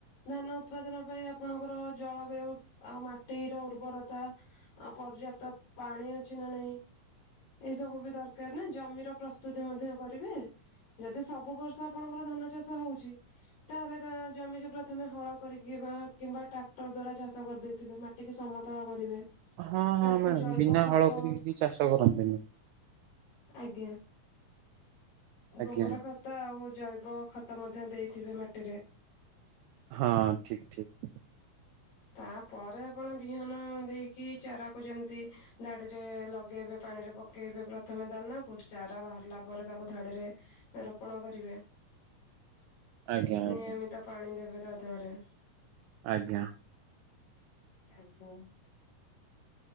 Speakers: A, on the left; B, on the right.
A: ଧାନ ଉତ୍ପାଦନ ପାଇଁ ଆପଣଙ୍କର ଜଳବାୟୁ ଆଉ ମାଟିର ଉର୍ବରତା ଆ ପର୍ଯ୍ୟାପ୍ତ ପାଣି ଅଛି ନା ନାଇଁ ଏଇ ସବୁ ବି ଦରକାର ନା ଜମିର ପ୍ରସ୍ତୁତି ମଧ୍ୟ କରିବେ। ଯଦି ସବୁ ବର୍ଷ ଆପଣଙ୍କର ଧାନ ଚାଷ ହଉଛି ତାହେଲେ ତା ଜମିିକି ପ୍ରଥମେ ହଳ କରି <unintelligible> କିମ୍ବା ଟ୍ରାକ୍ଟର ଦ୍ଵାରା ଚାଷ କରିଦେଇଥିବେ ମାଟିିକି ସମତଳ କରିବେ।
B: ହଁ ହଁ
A: ତାକୁ
B: ମ୍ୟାଡ଼ାମ
A: ଜୈବ
B: ବିନା
A: ଖତ
B: ହଳ କରିକି କେହି ଚାଷ କରନ୍ତିନି
A: ଆଜ୍ଞା।
B: ଆଜ୍ଞା।
A: ଗୋବର ଖତ ଆଉ ଜୈବ ଖତ ମଧ୍ୟ ଦେଇଥିବେ ମାଟିରେ।
B: ହଁ ଠିକ ଠିକ।
A: ତାପରେ ଆପଣ ବିହନ ଦେଇକି ଚାରାକୁ ଯେମିତି ଧାଡିରେ ଲଗେଇବେ। ପାଣିରେ ପକେଇବେ ପ୍ରଥମେ ଦାନା କୁ ଚାରା ବାହାରିଲା ପରେ ତାକୁ ଧାଡିରେ ରୋପଣ କରିବେ।
B: ଆଜ୍ଞା ଆଜ୍ଞା
A: ନିୟମିତ ପାଣି ଦେବେ। ତା ଦେହରେ।
B: ଆଜ୍ଞା।
A: ଆଜ୍ଞା।